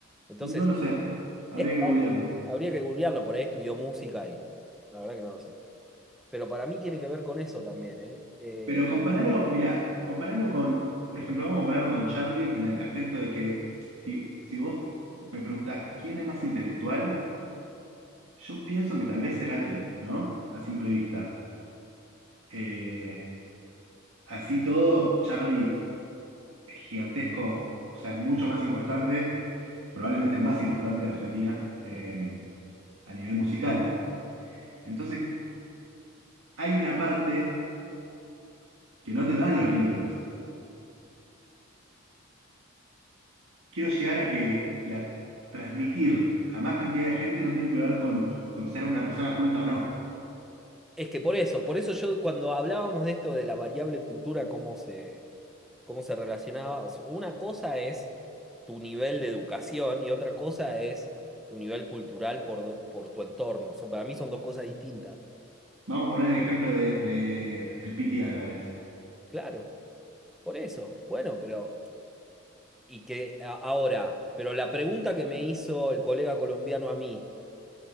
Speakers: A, in the centre; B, on the right.
A: Entonces,
B: No lo sé, habría
A: es par-
B: que googlear.
A: habría que googlearlo, por ahí estudió música y no- la verdad que no lo sé. Pero para mí tiene que ver con eso también, ¿eh? Eh,
B: Pero compáralo, mira, compáralo con, por ejemplo, vamos a compararlo con Charlie en el aspecto de que si, si vos me preguntás quién es más intelectual, yo pienso que tal vez Cerati, ¿no? A simple vista. Eh, así todo, Charlie es gigantesco, o sea, es mucho más importante, probablemente el más importante de Argentina eh,
A: sí.
B: a nivel musical. Entonces, hay una parte que no te lo dan los libros. quiero llegar a que la, transmitir a más cantidad de gente no tiene que ver con, con ser una persona culta o no.
A: Es que por eso, por eso yo cuando hablábamos de esto de la variable cultura, cómo se, cómo se relacionaba. O sea, una cosa es tu nivel de educación y otra cosa es tu nivel cultural por, do- por tu entorno. Son- para mí son dos cosas distintas.
B: Vamos a poner el ejemplo de, de el Piti Álvarez.
A: Claro, por eso. Bueno, pero... Y que a- ahora, pero la pregunta que me hizo el colega colombiano a mí